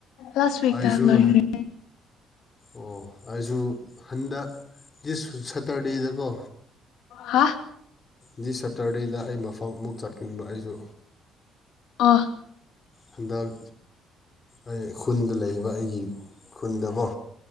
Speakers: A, on the left (about 80°); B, on the left (about 30°).
A: ꯂꯥꯁ ꯋꯤꯛꯇ
B: ꯑꯩꯁꯨ
A: ꯂꯣꯏꯈ꯭ꯔꯦ
B: ꯑꯣ ꯑꯗꯨꯁꯨ ꯍꯟꯗꯛ ꯗꯤꯁ ꯁꯇꯔꯗꯦꯗꯀꯣ
A: ꯍꯥꯥ
B: ꯗꯤꯁ ꯁꯇꯔꯗꯦꯗ ꯑꯩ ꯃꯐꯝ ꯑꯃꯨꯛ ꯆꯠꯀꯅꯤꯕ ꯑꯩꯁꯨ
A: ꯑ
B: ꯍꯟꯗꯛ ꯑꯩ ꯈꯨꯟꯗ ꯂꯩꯕ ꯑꯩꯒꯤ ꯈꯨꯟꯗꯀꯣ